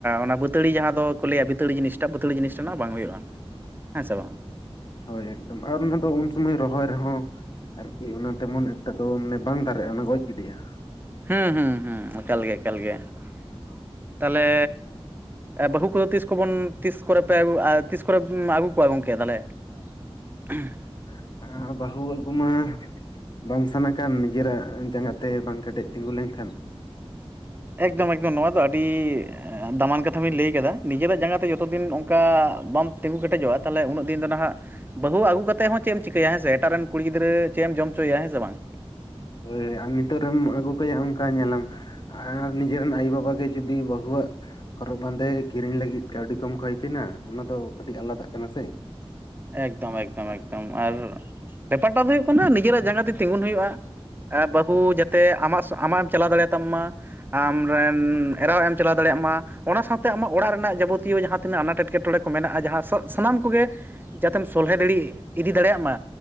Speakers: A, on the right; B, on the left.
A: ᱚᱱᱟ ᱵᱟᱹᱛᱟᱹᱲᱤ ᱡᱟᱦᱟᱸ ᱫᱚᱠᱚ ᱞᱟᱹᱭᱟ ᱵᱟᱹᱛᱟᱹᱲᱤ ᱡᱤᱱᱤᱥᱴᱟᱜ ᱵᱟᱹᱛᱟᱹᱲᱤ ᱡᱤᱱᱤᱥᱴᱟᱜ ᱱᱟᱜ ᱵᱟᱝ ᱦᱩᱭᱩᱜ-ᱟ, ᱦᱮᱸ ᱥᱮ ᱵᱟᱝ ᱾
B: ᱦᱳᱭ ᱮᱠᱫᱚᱢ ᱾ ᱟᱨ ᱚᱱᱟ ᱫᱚ ᱩᱱ ᱥᱚᱢᱚᱭ ᱨᱚᱦᱚᱭ ᱨᱮᱦᱚᱸ ᱟᱨᱠᱤ ᱚᱱᱟ ᱛᱮᱢᱚᱱ ᱮᱠᱴᱟ ᱫᱚ ᱢᱟᱱᱮ ᱵᱟᱝ ᱫᱟᱨᱮᱜ-ᱟ ᱚᱱᱟ ᱜᱚᱡ ᱜᱤᱰᱤᱜ-ᱟ ᱾
A: ᱦᱮᱸ ᱦᱩᱸ ᱮᱠᱟᱞ ᱜᱮ ᱮᱠᱟᱞ ᱜᱮ ᱾ <inaudible> ᱛᱟᱦᱚᱞᱮ ᱵᱟᱹᱦᱩ ᱠᱚᱫᱚ ᱛᱤᱥ ᱠᱚᱵᱚᱱ ᱛᱤᱥ ᱠᱚᱨᱮ ᱯᱮ ᱛᱤᱥ ᱠᱚᱨᱮ ᱟᱹᱜᱩ ᱠᱚᱣᱟ ᱜᱚᱢᱠᱮ ᱛᱟᱦᱚᱞᱮ? <inaudible>
B: <inaudible> ᱟᱻ ᱵᱟᱹᱦᱩ ᱟᱹᱜᱩ ᱢᱟ ᱵᱟᱝ ᱥᱟᱱᱟ ᱠᱟᱱ ᱱᱤᱡᱮᱨᱟᱜ ᱡᱟᱸᱜᱟ ᱛᱮ ᱵᱟᱝ ᱠᱮᱴᱮᱡ ᱛᱤᱸᱜᱩ ᱞᱮᱱᱠᱷᱟᱱ
A: ᱮᱠᱫᱚᱢ ᱮᱠᱫᱚᱢ ᱱᱚᱣᱟ ᱫᱚ ᱟᱹᱰᱤ ᱫᱟᱢᱟᱱ ᱠᱟᱛᱷᱟ ᱵᱤᱱ ᱞᱟᱹᱭ ᱠᱟᱫᱟ ᱱᱤᱡᱮᱨᱟᱜ ᱡᱟᱸᱜᱟ ᱛᱮ ᱡᱚᱛᱚ ᱫᱤᱱ ᱚᱱᱠᱟ ᱵᱟᱢ ᱛᱤᱸᱜᱩ ᱠᱮᱴᱮᱡᱚᱜᱼᱟ ᱛᱟᱦᱚᱞᱮ ᱩᱱᱟᱹᱜ ᱫᱤᱱ ᱫᱚ ᱱᱟᱦᱟᱸᱜ ᱵᱟᱹᱦᱩ ᱟᱹᱜᱩ ᱠᱟᱛᱮᱜ ᱦᱚᱸ ᱪᱮᱜ ᱮᱢ ᱪᱤᱠᱟᱹᱭᱟ ᱦᱮᱸ ᱥᱮ ᱮᱴᱟᱜ ᱨᱮᱱ ᱠᱩᱲᱤ ᱜᱤᱫᱽᱨᱟᱹ ᱪᱮᱜ ᱮᱢ ᱡᱚᱢ ᱚᱪᱚᱭᱟ ᱦᱮᱸ ᱥᱮ ᱵᱟᱝ᱾
B: ᱦᱳᱭ ᱦᱳᱭ ᱟᱨ ᱱᱤᱛᱚᱜ ᱨᱮᱢ ᱟᱹᱜᱩ ᱠᱟᱭᱟ ᱚᱱᱠᱟ ᱧᱮᱞᱟᱢ ᱟᱨ ᱱᱤᱡᱮᱨ ᱨᱮᱱ ᱟᱭᱳᱼᱵᱟᱵᱟ ᱜᱮ ᱡᱩᱫᱤ ᱵᱟᱹᱦᱩᱣᱟᱜ ᱦᱚᱨᱚᱜ ᱵᱟᱸᱫᱮ ᱠᱤᱨᱤᱧ ᱞᱟᱹᱜᱤᱫ ᱠᱟᱹᱣᱰᱤ ᱠᱚᱢ ᱠᱚᱭ ᱠᱤᱱᱟ ᱚᱱᱟ ᱫᱚ ᱠᱟᱹᱴᱤᱜ ᱟᱞᱟᱫᱟᱜ ᱠᱟᱱᱟ ᱥᱮ,
A: ᱮᱠᱫᱚᱢ ᱮᱠᱫᱚᱢ ᱮᱠᱫᱚᱢ ᱟᱨ ᱵᱮᱯᱟᱨ ᱴᱟᱜ ᱫᱚ ᱦᱩᱭᱩᱜ ᱠᱟᱱᱟ ᱱᱤᱡᱮᱨᱟᱜ ᱡᱟᱸᱜᱟ ᱛᱮ ᱛᱤᱸᱜᱩᱱ ᱦᱩᱭᱩᱜᱼᱟ᱾ ᱟ ᱵᱟᱹᱦᱩ ᱡᱟᱛᱮᱜ ᱟᱢᱟᱜ ᱟᱢᱟᱜ ᱮᱢ ᱪᱟᱞᱟᱣ ᱫᱟᱲᱮᱭᱟᱜ ᱛᱟᱢ ᱢᱟ ᱟᱢᱨᱮᱱ ᱮᱨᱟᱣ ᱮᱢ ᱪᱟᱞᱟᱣ ᱫᱟᱲᱮᱭᱟᱜ ᱢᱟ ᱚᱱᱟ ᱥᱟᱶᱛᱮ ᱟᱢᱟᱜ ᱚᱲᱟᱜ ᱨᱮᱱᱟᱜ ᱡᱟᱵᱚᱛᱤᱭᱚ ᱡᱟᱦᱟᱸ ᱛᱤᱱᱟᱹᱜ ᱟᱱᱟᱴ ᱮᱴᱠᱮᱴᱚᱬᱮ ᱠᱚ ᱢᱮᱱᱟᱜᱼᱟ ᱡᱟᱦᱟᱸ ᱥᱚᱜ ᱥᱟᱱᱟᱢ ᱠᱚᱜᱮ ᱡᱟᱛᱮᱢ ᱥᱚᱞᱦᱮ ᱫᱟᱲᱤ ᱤᱫᱤ ᱫᱟᱲᱮᱭᱟᱜ ᱢᱟ᱾